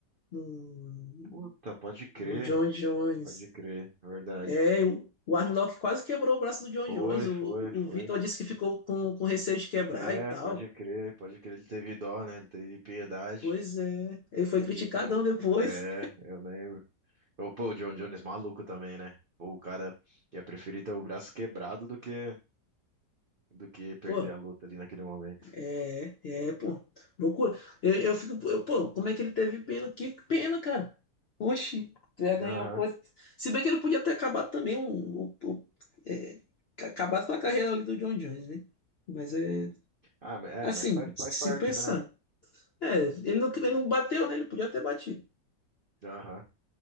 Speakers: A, on the left; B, on the right.
A: no,
B: Puta, pode crer,
A: no John Jones.
B: pode crer, verdade.
A: É, o, o Armlock quase quebrou o braço do John
B: Foi,
A: Jones. O,
B: foi,
A: o
B: foi.
A: Vitor disse que ficou com, com receio de quebrar
B: É,
A: e tal.
B: pode crer, pode crer, ele teve dó, né? Ele teve piedade,
A: Pois é, ele foi
B: pode
A: criticadão
B: crer.
A: depois.
B: É, eu lembro. Ô, Pô, o John Jones maluco também, né? Pô, o cara ia preferir ter o braço quebrado do que, do que perder
A: Pô,
B: a luta ali naquele momento.
A: É, é, pô. Loucura. Eu, eu fico, eu, pô, como é que ele teve pena? Que pena, cara. Oxi, tu ia ganhar
B: Aham.
A: uma coisa. Se bem que ele podia ter acabado também um, um- um- é, acabado com a carreira ali do John Jones, né? Mas é
B: Ah, mas- é,
A: assim,
B: mas faz,
A: se
B: faz parte,
A: pensar.
B: né?
A: É, ele não, ele não bateu, né? Ele podia ter batido.
B: Aham.